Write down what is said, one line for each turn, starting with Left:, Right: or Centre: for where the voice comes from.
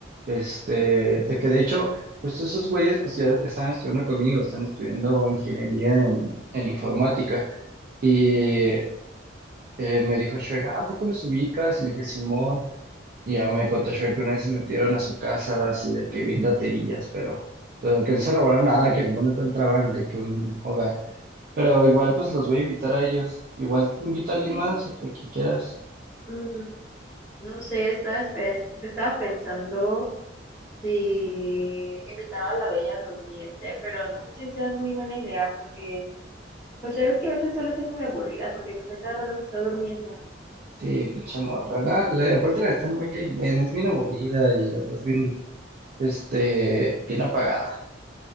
Right: Este, de que de hecho, justo esos güeyes pues ya están estudiando conmigo, están estudiando ingeniería en, en informática. Y eh, me dijo Shrek, "Ah, ¿a poco los ubicas? Y le dije, Simón. Y ya me contó Shrek que una vez se metieron a su casa así de que bien raterillas, pero, pero que no se robaron nada, que no encontraban de que un hogar. Pero igual pues los voy a invitar a ellos. Igual invita a alguien
Centre: Sí.
Right: más, a quien quieras.
Centre: Mm, no sé, estaba, espe- estaba pensando si invitaba a la Bella Durmiente, pero no sé si sea muy buena idea porque Pues ya ves que a veces suele ser medio aburrida porque pues a cada rato se está durmiendo.
Right: Sí, pinche morra. La- la- aparte la neta no me cae bien, es bien aburrida y luego es bien Este, bien apagada.